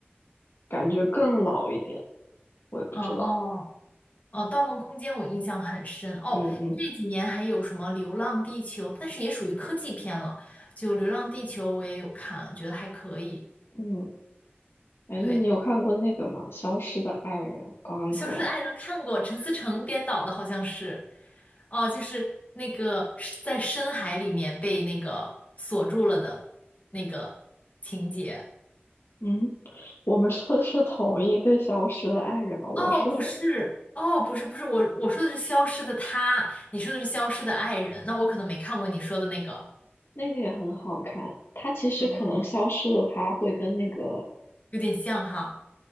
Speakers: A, on the left; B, on the left.
A: 感觉更老一点，我也不知道。
B: 哦哦，《盗梦空间》我印象很深。哦，
A: 嗯嗯
B: 这几年还有什么《流浪地球》，但是也属于科技片了。就《流浪地球》我也有看，觉得还可以。
A: 嗯，哎，
B: 对，
A: 那你有看过那个吗？《消失的爱人》（Gone
B: 《消失的爱人》看过，
A: Girl）？
B: 陈思诚编导的，好像是。哦，就是那个是在深海里面被那个锁住了的那个情节。
A: 嗯，我们说的是同一个消失的爱人嘛？我说的
B: 哦，不是，哦，不是，不是，我我说的是消失的他，你说的是消失的爱人，那我可能没看过你说的那个，
A: 那个也很好看，他其实可能消失的他会跟那个，
B: 哦，有点像哈，